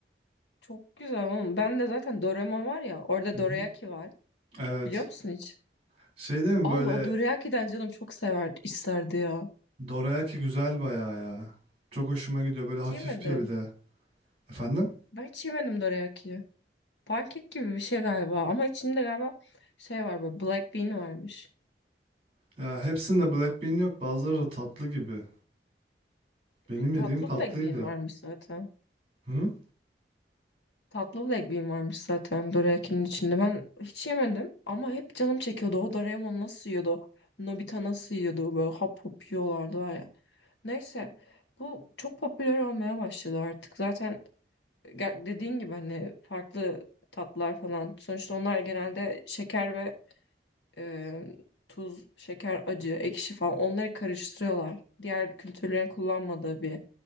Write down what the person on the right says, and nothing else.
Hı
hı.
Evet
şey değil mi
böyle
dorayaki güzel bayağı ya. Çok hoşuma gidiyor böyle
hafif
bir bir de. Efendim?
Ya hepsinde black bean yok bazıları da tatlı gibi. Benim
yediğim tatlıydı.
Hı?